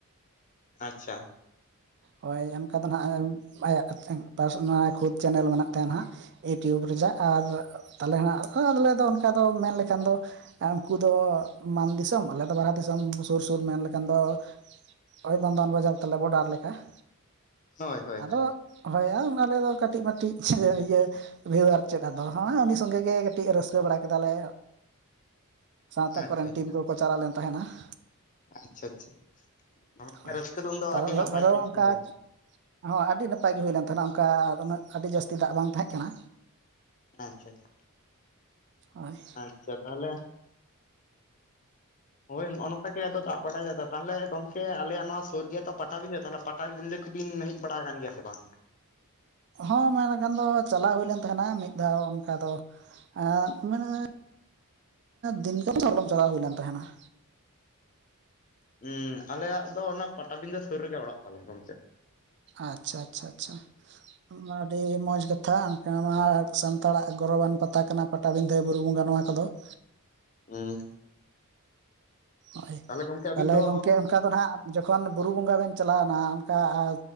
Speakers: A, on the left (about 35°); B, on the right (about 50°).
A: ᱟᱪᱪᱷᱟ ᱾
B: ᱦᱳᱭ ᱚᱱᱠᱟ ᱫᱚ ᱱᱟᱦᱟᱜ ᱟᱭᱟᱜ ᱯᱟᱨᱥᱚᱱᱟᱞ ᱠᱷᱩᱫᱽ ᱪᱮᱱᱮᱞ ᱢᱮᱱᱟᱜ ᱛᱟᱭᱟ ᱱᱟᱦᱜ ᱾ ᱤᱭᱩᱴᱩᱵᱽ ᱨᱮᱡᱟᱜ ᱟᱨ ᱛᱟᱦᱞᱮ ᱦᱟᱸᱜ ᱟᱞᱮ ᱫᱚ ᱚᱱᱠᱟ ᱫᱚ ᱢᱮᱱ ᱞᱮᱠᱷᱟᱱ ᱫᱚ ᱟᱨ ᱩᱱᱠᱩ ᱫᱚ ᱢᱟᱱ ᱫᱤᱥᱚᱢ ᱟᱞᱮ ᱫᱚ ᱵᱟᱨᱦᱟ ᱫᱤᱥᱚᱢ ᱥᱩᱨ ᱥᱩᱨ ᱢᱮᱱ ᱞᱮᱠᱷᱟᱱ ᱫᱚ ᱟᱞᱮ ᱵᱟᱱᱫᱷᱳᱭᱟᱱ ᱵᱟᱡᱟᱨ ᱛᱟᱞᱮ ᱵᱚᱰᱟᱨ ᱞᱮᱠᱟ ᱾
A: ᱦᱳᱭ ᱦᱳᱭ
B: ᱟᱫᱚ
A: ᱦᱳᱭ
B: ᱦᱳᱭᱟᱝ ᱟᱞᱮ ᱫᱚ ᱠᱟᱹᱴᱤᱡ ᱢᱟᱹᱴᱤᱡ ᱤᱭᱟᱹ ᱵᱷᱤᱣᱟᱨ ᱪᱮᱫ ᱟᱫᱚ ᱦᱟᱸᱜ ᱩᱱᱤ ᱥᱚᱸᱜᱮ ᱜᱮ ᱠᱟᱹᱴᱤᱡ ᱨᱟᱹᱥᱠᱟᱹ ᱵᱟᱲᱟ ᱠᱮᱫᱟ ᱞᱮ ᱾
A: <unintelligible>
B: ᱥᱟᱶᱛᱟ ᱠᱚᱨᱮᱱ
A: ᱟᱪᱪᱷᱟ
B: ᱴᱤᱢ ᱠᱚᱠᱚ ᱪᱟᱞᱟᱣ ᱞᱮᱱ ᱛᱟᱦᱮᱱᱟ ᱾
A: ᱟᱪᱪᱷᱟ ᱟᱪᱪᱷᱟ ᱢᱟᱱᱮ
B: ᱦᱳᱭ
A: ᱨᱟᱹᱥᱠᱟᱹ ᱫᱚ ᱩᱱ ᱫᱚ
B: ᱛᱟᱨ
A: ᱟᱹᱰᱤ ᱱᱟᱯᱟᱭ ᱥᱟᱺᱤᱡ
B: ᱚᱱᱠᱟ
A: ᱜᱮ ᱦᱩᱭᱱᱟ ᱾
B: ᱦᱚᱸ ᱟᱹᱰᱤ ᱱᱟᱯᱟᱭ ᱜᱮ ᱦᱩᱭᱞᱮᱱ ᱛᱟᱦᱮᱱᱟ ᱚᱱᱠᱟ ᱩᱱᱟᱹᱜ ᱟᱹᱰᱤ ᱡᱟᱹᱥᱛᱤ ᱫᱟᱜ ᱵᱟᱝ ᱛᱟᱦᱮᱸᱜ ᱠᱟᱱᱟ ᱾
A: ᱟᱪᱪᱷᱟ ᱟᱪᱪᱷᱟ ᱾
B: ᱦᱳᱭ ᱾
A: ᱟᱪᱪᱷᱟ ᱛᱟᱦᱚᱞᱮ ᱦᱳᱭ ᱱᱚᱜᱼᱚ ᱱᱚᱝᱠᱟ ᱜᱮ ᱟᱫᱚ ᱫᱟᱜ ᱵᱟᱲᱟᱭ ᱫᱟᱭ ᱛᱟᱦᱞᱮ ᱜᱚᱢᱠᱮ ᱟᱞᱮᱭᱟᱜ ᱱᱚᱣᱟ ᱥᱩᱨ ᱜᱮᱭᱟ ᱛᱚ ᱯᱟᱴᱟᱵᱤᱱᱫᱟᱹ ᱛᱟᱦᱞᱮ ᱯᱟ ᱴᱟᱠ ᱵᱩᱸᱫᱟᱹ ᱠᱚᱵᱤᱱ ᱦᱮᱡ ᱵᱟᱲᱟ ᱟᱠᱟᱱ ᱜᱮᱭᱟ ᱥᱮ ᱵᱟᱝ?
B: ᱦᱚᱸ ᱢᱮᱱᱠᱷᱟᱱ ᱫᱚ ᱪᱟᱞᱟᱣ ᱦᱩᱭ ᱞᱮᱱ ᱛᱟᱦᱮᱱᱟ ᱢᱤᱫ ᱫᱷᱟᱣ ᱚᱱᱠᱟ ᱫᱚ ᱾ ᱮᱸᱫ ᱢᱟᱱᱮ ᱫᱤᱱᱠᱟᱞᱚᱢ <unintelligible> ᱪᱟᱞᱟᱣ ᱦᱩᱭ ᱞᱮᱱ ᱛᱟᱦᱮᱱᱟ ᱾
A: ᱩᱸ ᱟᱞᱮᱭᱟᱜ ᱫᱚ ᱚᱱᱟ ᱯᱟᱴᱟᱵᱤᱸᱫᱟᱹ ᱥᱩᱨ ᱨᱮᱜᱮ ᱚᱲᱟᱜ ᱛᱟᱞᱮ ᱜᱚᱝᱠᱮ ᱾
B: ᱟᱪᱪᱷᱟ ᱟᱪᱪᱷᱟ ᱟᱪᱪᱷᱟ ᱾ ᱟᱹᱰᱤ ᱢᱚᱸᱡᱽ ᱠᱟᱛᱷᱟ ᱚᱱᱠᱟ ᱢᱟ ᱥᱟᱱᱛᱟᱲᱟᱜ ᱜᱚᱨᱚᱵᱟᱱ ᱯᱟᱛᱟ ᱠᱟᱱᱟ ᱯᱟᱴᱟᱵᱫᱷᱟᱹ, ᱵᱩᱨᱩ ᱵᱚᱸᱜᱟ ᱱᱚᱣᱟ ᱠᱚᱫᱚ ᱾
A: ᱦᱩᱸ ᱾
B: ᱦᱳᱭ
A: ᱜᱚᱢᱠᱮ ᱟᱹᱵᱤᱱ
B: ᱛᱟᱦᱚᱞᱮ
A: ᱫᱚ
B: ᱜᱚᱢᱠᱮ ᱚᱱᱠᱟ ᱫᱚ ᱱᱟᱦᱟᱜ ᱡᱚᱠᱷᱚᱱ ᱵᱩᱨᱩ ᱵᱚᱸᱜᱟ ᱵᱮᱱ ᱪᱟᱞᱟᱣᱮᱱᱟ ᱦᱟᱸᱜ ᱚᱱᱠᱟ ᱟ